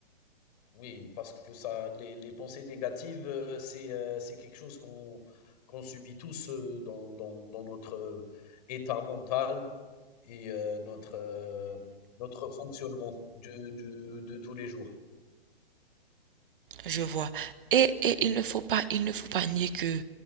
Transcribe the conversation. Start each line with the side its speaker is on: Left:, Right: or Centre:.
Left: oui, parce que ça, les, les pensées négatives, euh, c'est euh, c'est quelque chose qu'on qu'on subit tous euh, dans, dans, dans notre euh, état mental et euh, notre, euh, notre fonctionnement de, de, de tous les jours.
Right: je vois. Et, et il ne faut pas il ne faut pas nier que